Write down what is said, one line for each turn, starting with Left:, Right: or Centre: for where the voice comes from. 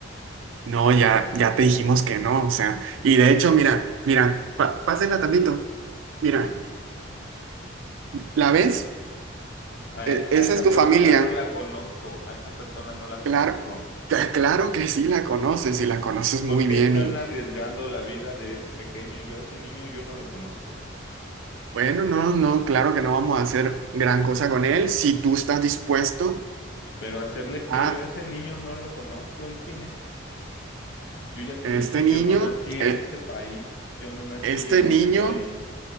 Right: No, ya, ya te dijimos que no, o sea, y de hecho, mira, mira, pa- pásenla tantito. Mira, ¿la ves?
Left: A,
Right: E-
Left: e- a
Right: esa
Left: esa
Right: es tu
Left: persona
Right: familia.
Left: no la conozco, a esa persona no la conozco.
Right: Claro, cl- claro que sí la conoces y la conoces muy
Left: ¿Por qué
Right: bien
Left: están
Right: y
Left: arriesgando la vida de ese pequeño? Yo a ese niño yo no lo conozco.
Right: bueno, no, no, claro que no vamos a hacer gran cosa con él si tú estás dispuesto
Left: Pero hacerle qué,
Right: a
Left: yo a ese niño no lo conozco. ¿Él quién es? Yo ya te
Right: este
Left: dije,
Right: niño,
Left: yo no nací en
Right: eh,
Left: este país, yo no nací
Right: este
Left: en este
Right: niño.
Left: país,